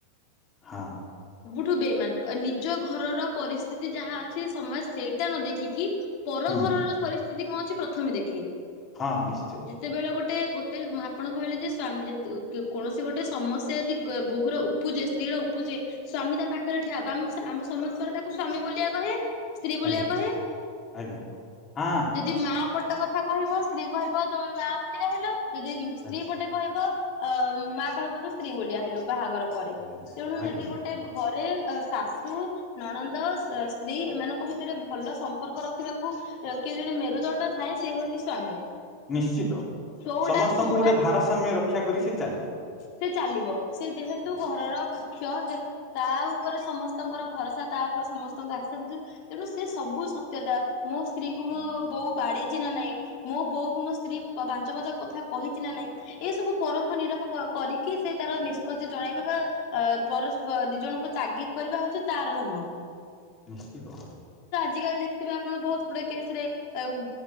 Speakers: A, on the left (about 20°); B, on the left (about 45°).
A: ହଁ।
B: ଠୁ ବାଇମାନ ନିଜ ଘରର ପରିସ୍ଥିତି ଯାହା ଅଛି ସମାଜ ସେଇଟା ନ ଦେଖିକି ପର
A: ହୁଁ
B: ଘରର ପରିସ୍ଥିତି କଣ ଅଛି ପ୍ରଥମେ ଦେଖେ
A: ହଁ ନିଶ୍ଚୟ।
B: ଯେତେବେଳେ ଗୋଟେ ଗୋଟେ ଆପଣ କହିଲେ ଯେ ସ୍ଵାମୀ କୌଣସି ଗୋଟେ ସମସ୍ୟା ଯଦି ବୋହୂ ର ଉପୁଜେ ସ୍ତ୍ରୀ ର ଉପୁଜେ ସ୍ଵାମୀ ତା ପାଖରେ ଠିଆ ବା ଆମ ଆମ ସମସ୍ତରେ ତାକୁ ସ୍ଵାମୀ ବୋଲିଆ କହିଆ। ସ୍ତ୍ରୀ ବୁଲିଆ
A: ଆଜ୍ଞା
B: କହିବେ।
A: ଆଜ୍ଞା ହଁ
B: ଯଦି ମା ପ ସତ କଥା କହିବ ସ୍ତ୍ରୀ କହିବ ତମେ ମା ବୋଲିଆ ହେଲ। ଯଦି ସ୍ତ୍ରୀ
A: ଆଜ୍ଞା
B: ପଟେ କହିବ ଅ ମା କହିବ ତ ସ୍ତ୍ରୀ ବୋଲିଆ ହେଲୁ। ବାହାଘର ପରେ
A: ଆଜ୍ଞା
B: ତେଣୁ
A: ଆଜ୍ଞା
B: ଯଦି ଗୋଟେ ଘ ରେ ଶାଶୁ ନଣନ୍ଦ ସ୍ତ୍ରୀ ଏମାନଙ୍କ ଭିତରେ ଭଲ ସମ୍ପର୍କ ରଖିବାକୁ କିଏ ଜଣେ ମେ ମୁରୁଦଣ୍ଡ ଥାଏ ସେ ହଉଛି ସ୍ଵାମୀ
A: ନିଶ୍ଚିତ
B: କୋଉଟା
A: ସମସ୍ତଙ୍କୁ
B: କୋଉଟା
A: ଗୋଟେ ଭାରସାମ୍ୟ ରକ୍ଷା କରି ଚାଲିବ
B: ସେ ଚାଲିବ ସେ ଯେହେତୁ
A: ଆଜ୍ଞା
B: ଘରର ମୁଖ୍ୟ ତା ଉପରେ ସମସ୍ତଙ୍କର ଭରସା ତା ଉପରେ ସମସ୍ତଙ୍କ ଆଶା ଦ ତେଣୁ ସେ ସବୁ ସତ୍ୟତା ମୋ ସ୍ତ୍ରୀ କ ମୁଁ ବୋଉ ବାଡେଇଛି ନା ନାହିଁ ମୋ ବୋଉ କୁ ମୋ ସ୍ତ୍ରୀ ପାଞ୍ଚପଦ କଥା କହିଛି ନା ନାହିଁ ଏ ସବୁ ପରଖ ନିରଖ କରିକି ସେ ତାର ନିଷ୍ପତି ଜଣେଇବା ବା ପରସ୍ ଦି ଜଣଙ୍କୁ ତାଗିଦ କରିବା ହଉଛି ତାର ଧର୍ମ।
A: ନିଶ୍ଚିତ ଭାବ ରେ
B: ଆଜିିକାଲି ବେ ଆପଣ ବହୁତ ଗୁଡେ କେସ ରେ ଆଉ